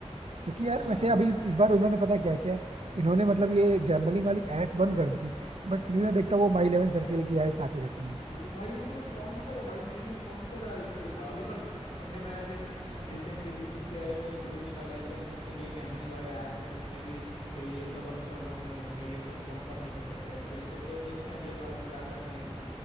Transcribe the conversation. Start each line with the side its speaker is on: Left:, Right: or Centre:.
Right: क्योंकि
Left: हाँ
Right: यार वैसे अभी इस बार उन्होंने पता है क्या किया है इन्होंने मतलब ये गैम्बलिंग वाली एड्स बंद कर दी थी बट फिर भी मैं देखता हूँ वो माई इलेवन सर्किल की एड्स आती रहती
Left: वो भाई वो तो स्पॉन्सर है भाई मेन स्पॉन्सर है आईपीएल का अभी पर सुनने में आया कि अभी रिसेंटली बीसीसीआई ने रूल निकाला है कि अभी जितने भी ये गैम्बलिंग वाले ऐप्स हैं जितने भी ये ये सब अभी प्रमोट नहीं होंगे ये सब स्पॉन्सर नहीं कर सकते आईपीएल को तो देखते हैं अगले साल से क्या करते हैं ये